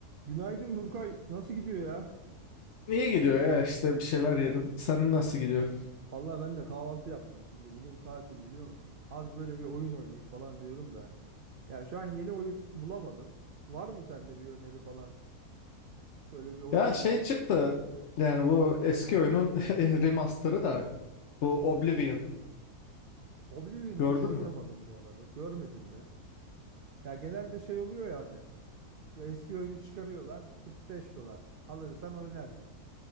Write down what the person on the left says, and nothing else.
İyi gidiyor ya işte bir şeyler yedim. Senin nasıl gidiyor?
Ya şey çıktı yani bu eski oyunun <laughs> remasterı da bu Oblivion
gördün
mü?